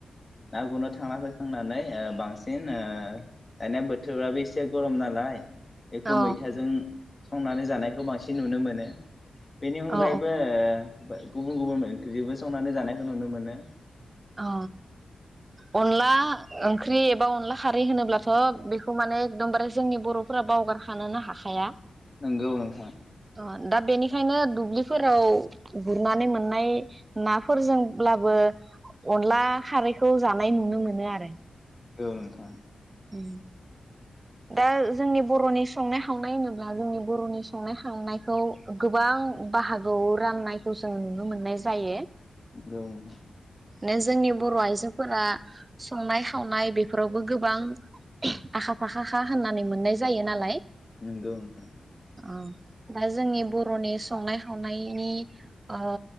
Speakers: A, on the left; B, on the right.
A: ना गुरनो थांना फैखांनानै ओ बांसिन ओ दानिया बोथोराबो एसे गरम नालाय बेखौ
B: औ
A: मैथाजों संनानै जानायखौ बांसिन नुनो मोनो। बेनि अनगायैबो
B: औ
A: ओ गुबुन गुबुन ओंख्रिजोंबो संनानै जानाय नुनो मोनो
B: औ अनला ओंख्रि एबा अनला खारै होनोब्लाथ' बेखौ माने एकदमबारे जोंनि बर'फोरा बावगारखानोनो हाखाया
A: नंगौ नोंथां
B: ओ दा बेनिखायनो दुब्लिफोराव गुरनानै मोननाय नाफोरजोंब्लाबो अनला खारैखौ जानाय नुनो मोनो आरो
A: औ नोंथां
B: ओम दा जोंनि बरनि संनाय खावनाय होनोब्ला जोंनि बर'नि संनाय खावनायखौ गोबां बाहागोआव राननायखौ जों नुनो मोननाय जायो
A: नोंखौ नोथां
B: ने जोंनि बर' आइजोफोरा संनाय खावनाय बेफोरावबो गोबां आखा-फाखा खा होननानै मोननाय जायो नालाय।
A: नंगौ नोंथां
B: ओ दा जोंनि बर'नि सु संनाय खावनायनि ओ